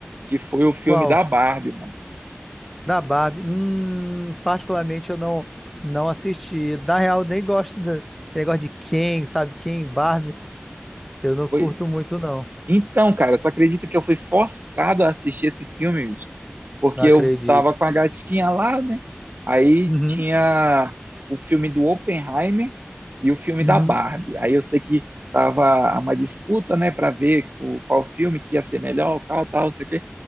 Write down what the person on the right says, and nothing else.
que foi o filme
da Barbie, mano.
Foi...
Então, cara, tu acredita que eu fui forçado a assistir esse filme, bicho? porque
eu
tava com a gatinha lá, né? Aí
tinha o filme do Oppenheimer e o filme
da Barbie. Aí eu sei que tava uma disputa, né, para ver o, qual filme que ia ser melhor, qual tal, não sei o quê.